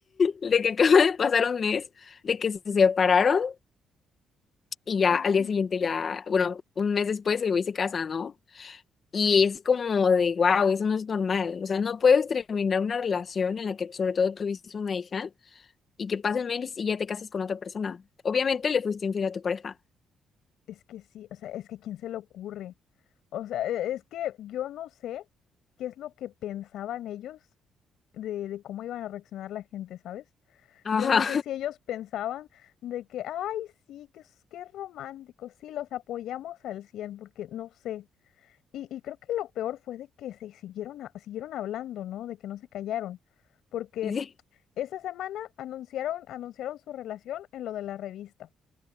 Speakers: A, on the left; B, on the left.
A: de que acaba de pasar un mes, de que se separaron y ya
B: Mm.
A: al día siguiente ya, bueno, un mes después el güey se casa, ¿no? Y es como de, wow, eso no es normal. O sea, no puedes terminar una relación en la que sobre todo tuviste una hija y que pasen meses y ya te casas con otra persona. Obviamente le fuiste infiel a tu pareja.
B: Es que sí, o sea, es que ¿quién se le ocurre? O sea, e- es que yo no sé qué es lo que pensaban ellos de, de cómo iban a reaccionar la gente, ¿sabes?
A: Ajá.
B: Yo no sé si ellos pensaban de que, ay, sí, que es, que es romántico, sí, los apoyamos al 100 porque no sé. Y, y creo que lo peor fue de que se siguieron, a- siguieron hablando, ¿no? De que no se callaron, porque
A: <laughs> sí.
B: esa semana anunciaron, anunciaron su relación en lo de la revista.